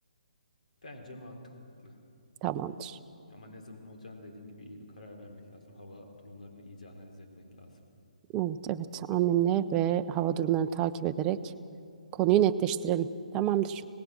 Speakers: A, on the left; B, on the right.
A: Bence mantıklı.
B: Tamamdır.
A: Ama ne zaman olacağını dediğin gibi iyi bir karar vermek lazım. Hava durumlarını iyice analiz etmek lazım.
B: Evet, evet. Annemle ve hava durumlarını takip ederek konuyu netleştirelim. Tamamdır.